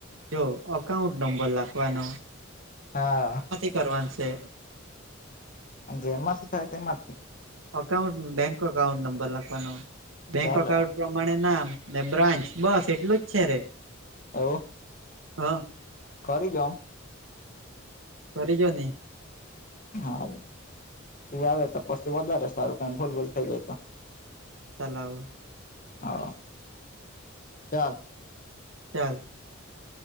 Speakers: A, on the right (about 85°); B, on the left (about 40°).
A: જો અકાઉન્ટ નંબર લખવાનો
B: હા અ
A: કરવાવાનું છે.
B: જેમાંથી થાય તેમાંથી.
A: અકાઉન્ટ બેંક અકાઉન્ટ નંબર લખવાનો બેંક
B: ચાલે
A: અકાઉન્ટ માણે નામ ને બ્રાન્ચ બસ એટલું જ છે રે
B: એવૉ.
A: હા.
B: કરી ડો.
A: કરી જો ને.
B: હાવ તું આવે તો પછી વધારે સારું કઈ ભૂલ ભૂલ થઈ ગય તો
A: ચલાવ.
B: હા ચાલ.
A: ચાલ.